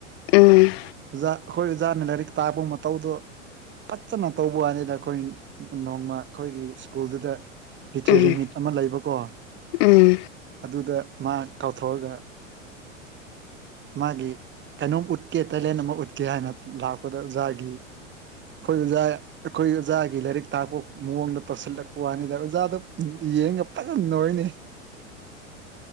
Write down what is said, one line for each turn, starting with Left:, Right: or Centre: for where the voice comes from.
Left: ꯎꯝ
Right: ꯑꯣꯖꯥ ꯑꯩꯈꯣꯏ ꯑꯣꯖꯥꯅ ꯂꯥꯏꯔꯤꯛ ꯇꯥꯕ ꯃꯇꯧꯗꯣ ꯐꯖꯅ ꯇꯧꯕ ꯋꯥꯅꯤꯗ ꯑꯩꯈꯣꯏ ꯅꯣꯡꯃ ꯑꯩꯈꯣꯏꯒꯤ ꯁ꯭ꯀꯨꯜꯗꯨꯗ ꯂꯤꯇ꯭ꯔꯦꯔꯤ
Left: ꯎꯝ
Right: ꯃꯤꯠ ꯑꯃ ꯂꯩꯕꯀꯣ
Left: ꯎꯝ
Right: ꯑꯗꯨꯗ ꯃꯥ ꯀꯥꯎꯊꯣꯛꯑꯒ ꯃꯥꯒꯤ ꯀꯩꯅꯣꯝ ꯎꯠꯀꯦ ꯇꯦꯂꯦꯟ ꯑꯃ ꯎꯠꯀꯦ ꯍꯥꯏꯅ ꯂꯥꯛꯄꯗ ꯑꯣꯖꯥꯒꯤ ꯑꯩꯈꯣꯏ ꯑꯣꯖꯥꯏ ꯑꯩꯈꯣꯏ ꯑꯣꯖꯥꯒꯤ ꯂꯥꯏꯔꯤꯛ ꯇꯥꯛꯄ ꯃꯑꯣꯡꯗ ꯇꯧꯁꯤꯜꯂꯛꯄ ꯋꯥꯅꯤꯗ ꯑꯣꯖꯥꯗ ꯌꯦꯡꯉ ꯐꯉꯝ ꯅꯣꯏꯅꯤ